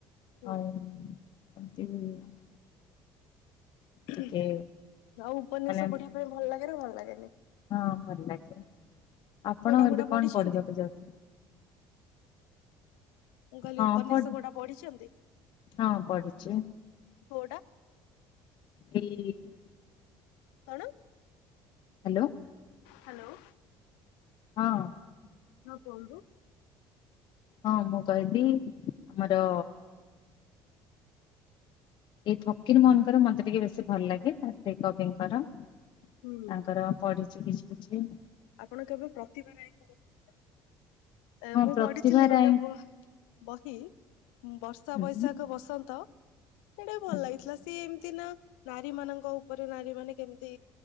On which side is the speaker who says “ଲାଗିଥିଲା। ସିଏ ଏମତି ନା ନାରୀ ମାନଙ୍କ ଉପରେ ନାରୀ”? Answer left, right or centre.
Left